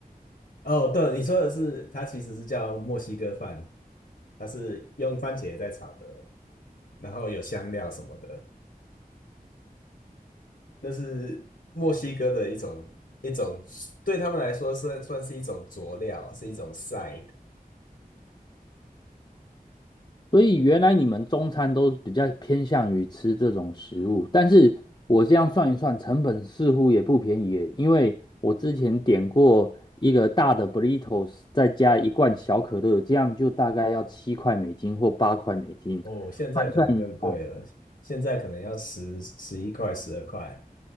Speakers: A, on the left (about 80°); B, on the left (about 30°).
A: 哦，对，你说的是，它其实是叫墨西哥饭，它是用番茄在炒的，然后有香料什么的，那是墨西哥的一种一种，对他们来说算算是一种佐料，是一种 side。
B: 所以原来你们中餐都比较偏向于吃这种食物，但是我这样算一算，成本似乎也不便宜耶，因为我之前点过一个大的 burritos，再加一罐小可乐，这样就大概要七块美金或八块美金。
A: 哦，现在可能更贵了，
B: 算一下
A: 现在可能要十十一块、十二块